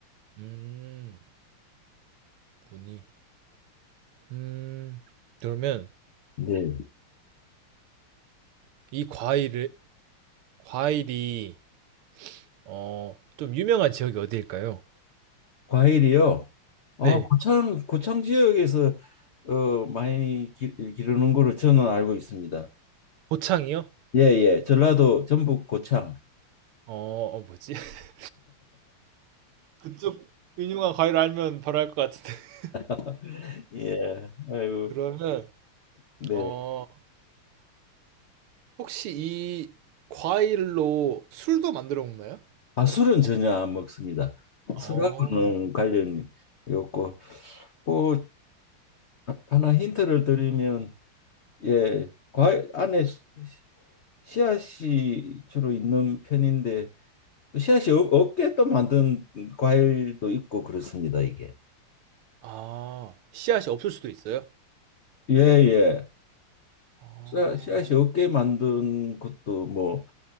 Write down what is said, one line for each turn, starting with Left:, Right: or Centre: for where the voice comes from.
Right: 음, 무늬. 음, 그러면
Left: 네.
Right: 이 과일을, 과일이, 어, 좀 유명한 지역이 어디일까요?
Left: 과일이요. 아,
Right: 네.
Left: 고창 고창 지역에서 어 많이 기, 기르는 거로 저는 알고 있습니다.
Right: 고창이요?
Left: 예, 예. 전라도 전북 고창.
Right: 어, 어, 뭐지? <laughs> 그쪽 유명한 과일 알면 바로 알 것 같은데. <laughs>
Left: <laughs> 예. 아이고.
Right: 그러면,
Left: 네.
Right: 어, 혹시 이 과일로 술도 만들어 먹나요?
Left: 아, 술은 전혀 안 먹습니다.
Right: 어.
Left: 술하고는 관련이 없고 뭐 하나 힌트를 드리면 예, 과일 안에 수- 씨앗이 주로 있는 편인데 또 씨앗이 없- 없게 또 만든 과일도 있고 그렇습니다, 이게.
Right: 아, 씨앗이 없을 수도 있어요?
Left: 예, 예.
Right: 어.
Left: 씨앗- 씨앗이 없게 만든 것도 뭐